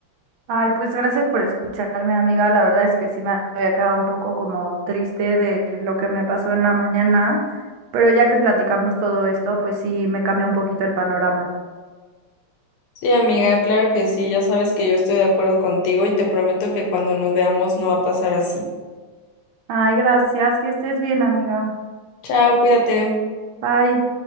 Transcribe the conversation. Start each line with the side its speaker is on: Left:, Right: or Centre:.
Right: Ay, pues gracias por escucharme, amiga. La verdad es que sí me había quedado un poco como triste de lo que me pasó en la mañana, pero ya que platicamos todo esto, pues sí me cambia un poquito el panorama.
Left: Sí, amiga, claro que sí. Ya sabes que yo estoy de acuerdo contigo y te prometo que cuando nos veamos no va a pasar así.
Right: Ay, gracias, que estés bien, amiga.
Left: Chao, cuídate.
Right: Bye.